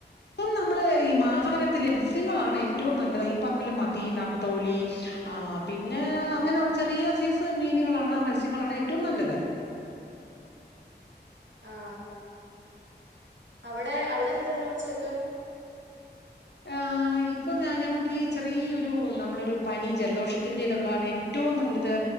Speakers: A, on the left; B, on the right.
A: നമ്മള് ഈ മഹാരത്തിലെസ്യങ്ങളാണ് ഏറ്റവും നല്ലത് ഈ പറഞ്ഞല് മതി നത്തോലി പിന്നെ അങ്ങനെയുള്ള ചെറിയ സൈസ് മീനുകളാണോ മത്സ്യങ്ങളണോ ഏറ്റവും നല്ലത്
B: ആഹ അവിടെ അവിടെ എന്താെന്ന ഉച്ചക്ക്
A: ആ ഇപ്പൊ ഞാ ഞങ്ങ ഈ ചെറിയൊ ഒരു നമ്മളൊരു പനി ജലദോഷത്തിൻ് ഇതള്ളതാണ് ഏറ്റവും നല്ലത്